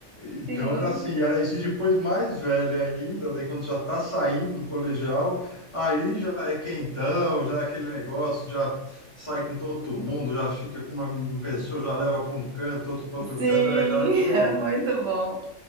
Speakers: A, on the left; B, on the right.
A: então
B: sim.
A: era assim, era isso. E depois mais velha ainda, daí quando já está saindo do colegial, aí já é quentão, já é aquele negócio, já sai com todo mundo, já fica com uma pessoa, já leva para um canto, outro para outro
B: Sim,
A: canto, era aquela correria.
B: <laughs> é muito bom.